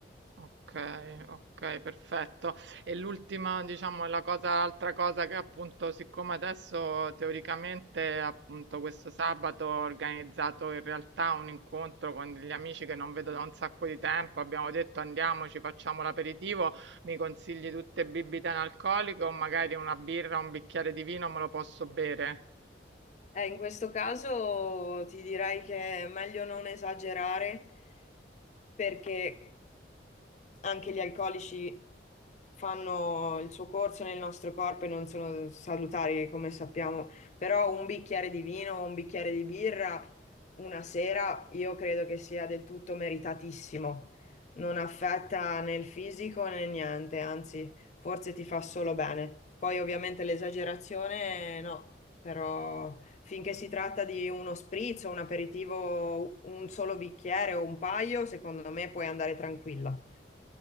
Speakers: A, on the right; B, on the left.
A: Okay, okay, perfetto. E l'ultima, diciamo, è la cosa l'altra cosa che appunto, siccome adesso teoricamente, appunto, questo sabato ho organizzato in realtà un incontro con degli amici che non vedo da un sacco di tempo, abbiamo detto andiamoci, facciamo l'aperitivo, mi consigli tutte bibite analcoliche o magari una birra, un bicchiere di vino me lo posso bere?
B: Eh, in questo caso ti direi che è meglio non esagerare perché anche gli alcolici fanno il suo corso nel nostro corpo e non sono salutari, come sappiamo, però un bicchiere di vino o un bicchiere di birra una sera io credo che sia del tutto meritatissimo. Non affetta né il fisico né niente, anzi, forse ti fa solo bene. Poi ovviamente l'esagerazione no, però finché si tratta di uno spritz o un aperitivo, un solo bicchiere o un paio, secondo me puoi andare tranquilla.